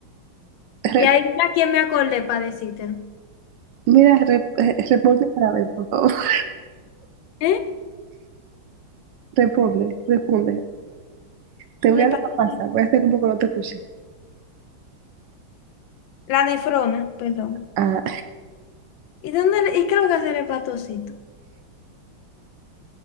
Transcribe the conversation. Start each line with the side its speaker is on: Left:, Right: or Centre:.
Right: Re-
Left: Y adivina quién me acordé para decírtelo.
Right: mira, re- eh, responde para ver, por favor. <laughs>
Left: ¿Eh?
Right: Responde, responde. Te voy
Left: El hepatocito.
Right: a dejar pasar, voy a hacer como que no te escuché.
Left: La nefrona, perdón.
Right: Ah,
Left: ¿Y dónde? le- ¿Y qué es lo que hace el hepatocito?